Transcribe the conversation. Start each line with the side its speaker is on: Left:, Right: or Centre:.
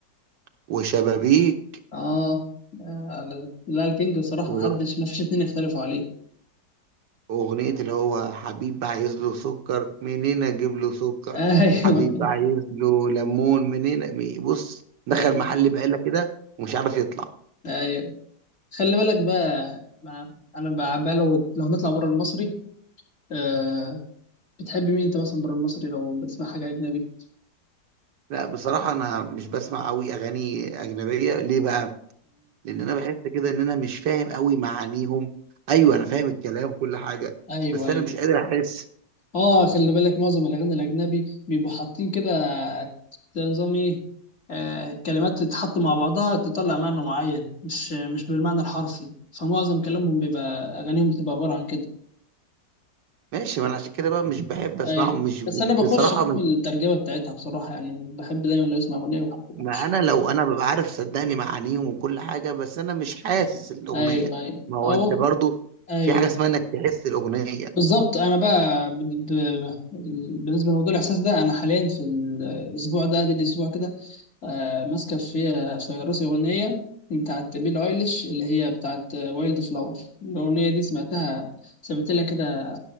Right: وشبابيك
Left: اه آه، لا الكينج بصراحة
Right: و-
Left: محدش مفيش اتنين يختلفوا عليه
Right: واغنيه اللي هو حبيب عايز له سكر منين اجيب له سكر
Left: <laughs> ايوه
Right: حبيب عايز له ليمون منين مي- بص دخل
Left: ايوه
Right: محل بقاله كده ومش عارف يطلع
Left: أيوة. خلي بالك بقى مع... انا بقى, بقى لو لو نطلع بره المصري آه... بتحب مين انت مثلا بره المصري لو بتسمع حاجة أجنبي؟
Right: لأ، بصراحة أنا مش باسمع أوي أغاني أجنبية، ليه بقى؟ لإن أنا باحس كده إن أنا مش فاهم أوي معانيهم، أيوه أنا فاهم الكلام وكل حاجة،
Left: ايوه
Right: بس
Left: ايوه
Right: أنا مش قادر أحس.
Left: اه خلي بالك معظم الاغاني الاجنبي بيبقوا حاطين كده زي نظام ايه آه كلمات تتحط مع بعضها تطلع معنى معين مش مش بالمعنى الحرفي فمعظم كلامهم بيبقى اغانيهم بتبقى عباره عن كده
Right: ماشي، ما أنا عشان كده بقى مش باحب أسمعهم،
Left: ايوه
Right: مش
Left: بس انا بخش
Right: بصراحة
Left: اشوف
Right: مش
Left: الترجمه بتاعتها بصراحه يعني بحب دايما لو اسمع اغنيه بحب بخش
Right: ما أنا لو أنا بابقى عارف صدّقني معانيهم وكل حاجة، بس أنا مش حاسس الأغنية،
Left: ايوه ايوه
Right: ما هو
Left: أو
Right: أنت برضه
Left: ايوه
Right: في حاجة اسمها إنّك تحس الأغنية،
Left: بالظبط انا بقى ب... ب... بالنسبه لموضوع الاحساس ده انا حاليا في ال- الاسبوع ده ادي الاسبوع كده آه، ماسكه في في راسي اغنيه بتاعت بيل ايليش اللي هي بتاعت وايلد فلاور الاغنيه دي سمعتها سمعت لها كده